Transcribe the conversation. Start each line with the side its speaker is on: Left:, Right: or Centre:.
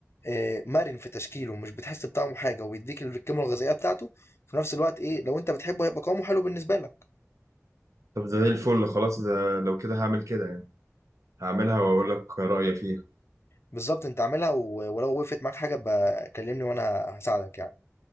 Left: آه، مرن في تشكيله مش بتحس بطعمه حاجه وبيديك القيمه الغذائيه بتاعته في نفس الوقت ايه لو انت بتحبه هيبقى قوامه حلو بالنسبه لك
Right: طب ده زي الفل خلاص ده لو كده هعمل كده يعني هعملها واقول لك رأيي فيها
Left: بالظبط انت عاملها و- ولو وقفت معاك حاجه بقى كلمني وانا هساعدك يعني